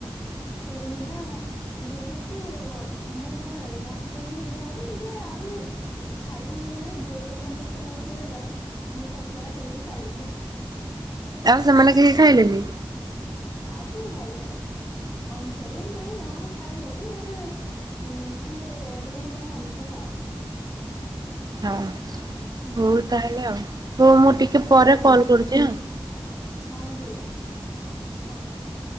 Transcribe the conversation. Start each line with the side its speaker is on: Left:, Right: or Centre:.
Centre: କରିକି ନା ଯେହେତୁ ମୁଁ କଣ ହେବି ନାତୁଣୀ ହେରିକା ହେବି ଟିକେ ଆହୁରି ଛାଡ଼ି ହେଇଗଲାଣି ଦୂର ସମ୍ପର୍କ ବହୁତ୍ ହେଇଗଲାଣି ମୁଁ ସବୁ ଯାକ ଚିଙ୍ଗୁଡ଼ି ଖାଇଦେଲି।
Right: ଆଉ ସେମାନେ କେହି ଖାଇଲେନି।
Centre: ଆଉ କିଏ ଖାଇବ ଅଞ୍ଜଳି ଏମିତି ରେ ବାହାରେ ଖାଇଦଉଛି ବଟ୍ ହୁଁ ସିଏ ଏବେ ଟିକେ କାଇଁ ଆମିଷ ଖାଉନି।
Right: ହଁ
Centre: ହୁଁ
Right: ହଉ ତାହେଲେ ଆଉ ହଉ ମୁଁ ଟିକେ
Centre: ବାବା
Right: ପରେ
Centre: ଯୋଉ
Right: କଲ୍
Centre: ଘରେ
Right: କରୁଛି ଆଁ।
Centre: ହଁ ଠିକ୍ ଅଛି ଓକେ।